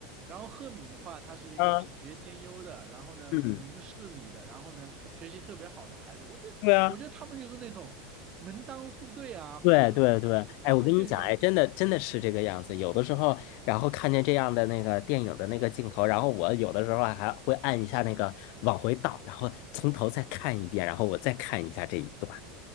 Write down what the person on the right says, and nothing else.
然后赫敏的话，他是一个品学兼优的，
然后呢明事理的，
然后呢学习特别好的孩子。我觉得，
我觉得他们就是那种门当户对啊，或者是怎么讲，
就是他们更像。